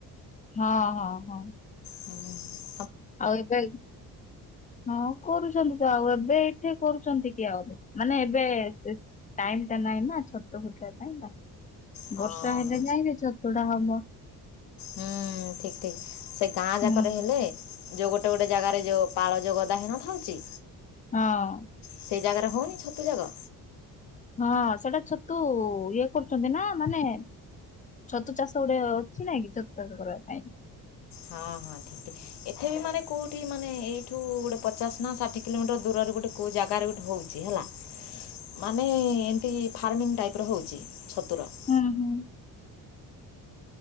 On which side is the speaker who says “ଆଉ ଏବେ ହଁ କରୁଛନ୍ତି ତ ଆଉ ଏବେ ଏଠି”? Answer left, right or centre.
Left